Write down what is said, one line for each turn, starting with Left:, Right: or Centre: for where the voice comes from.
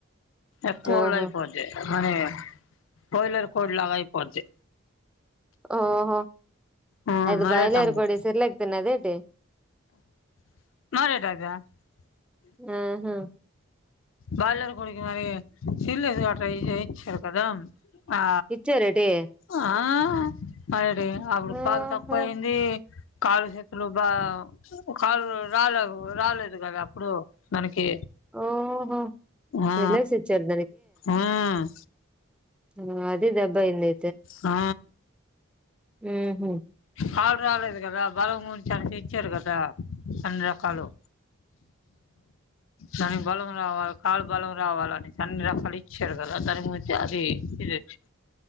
Left: ఎక్కువ వాళ్ళు
Centre: ఓహో
Left: అయిపోతే మనీ బాయిలర్ కోడ్ లాగా అయిపోద్ది
Centre: ఓహో
Left: మ్మ్
Centre: అది
Left: మరేటి
Centre: బాయిలర్
Left: అనుకు
Centre: కోడే సిర్లాక్ తినదా ఏంటి
Left: <unintelligible> అది
Centre: మ్మ్ హ్మ్
Left: బాయిలర్ కోడికి మరి సిర్లాక్ వాట ఇచ్చారు కదా ఆ
Centre: ఇచ్చారేటి
Left: ఆ <unintelligible> అప్పుడు
Centre: ఓహో
Left: కాలు తక్కువయింది కాళ్ళు, చేతులు బాగా కాలు రాలే రాలేదు కదా అప్పుడు దానికి
Centre: ఓహో సెర్లాక్స్
Left: ఆ
Centre: ఇచ్చారు
Left: ఆ
Centre: ఆ అదే దెబ్బయింది
Left: ఆ
Centre: మ్మ్ హ్మ్
Left: కాళ్ళు రాలేదు కదా బలం గురించి <inaudible> ఇచ్చారు కదా అన్ని రకాలు దానికి బలం రావాలి కాళ్ళు బలం రావాలని అన్ని రకాలు ఇచ్చారు కదా దాని <unintelligible> అది ఇదిచ్చి